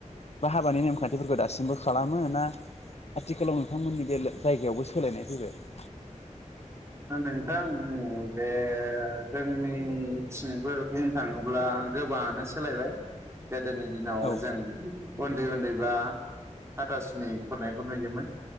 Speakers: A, on the left (about 55°); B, on the right (about 20°).
A: बा हाबानि नेम खान्थिफोरखौ दासिमबो खालामो ना आथिखालाव नोंथांमोननि बेला जायगायावबो सोलायनाय फैबाय ।
B: ओ नोंथां उम बे जोंनि जोनिथिंबो बुंनो थाङोब्ला गोबाङानो सोलायबाय। गोदोनि दिनाव
A: औ
B: जों उन्दै उन्दैबा हाथासिनि खुरनायखौ नुयोमोन।